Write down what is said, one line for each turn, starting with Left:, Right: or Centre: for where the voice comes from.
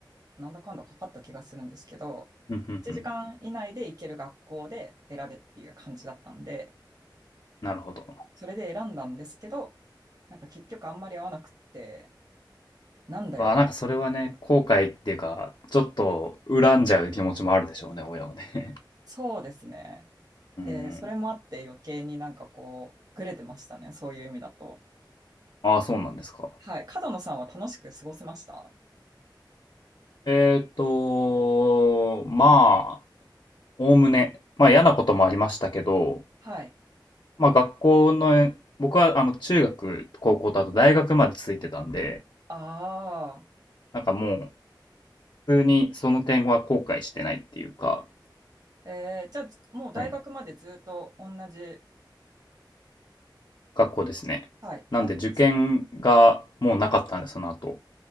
Right: なんだかんだかかった気がするんですけど、
Left: うん、うんうん。
Right: 1時間以内で行ける学校で選べっていう感じだったんで、
Left: なるほど。
Right: それで選んだんですけど、なんか結局あんまり合わなくって、なんだよって
Left: わあ、なんかそれはね、
Right: 言った。
Left: 後悔っていうか、ちょっと恨んじゃう気持ちもあるでしょうね、親はね。
Right: そうですね。
Left: <laughs> うーん。
Right: で、それもあって余計になんかこう、ぐれてましたね。そういう意味だと。
Left: ああ、そうなんですか。
Right: はい。角野さんは楽しく過ごせました
Left: えっと、まあおおむね、まあ嫌なこともありましたけど、
Right: はい。
Left: まあ学校の、僕はあの中学、高校とあと大学まで続いてたんで、
Right: あ
Left: なんかもう普通にその点は後悔してないっていうか、
Right: あ。えー、じゃあ、もう大学までずっと同じ、
Left: はい、学校ですね。
Right: はい、
Left: なんで受験がもうなかったんで、
Right: だったんですね。
Left: その後。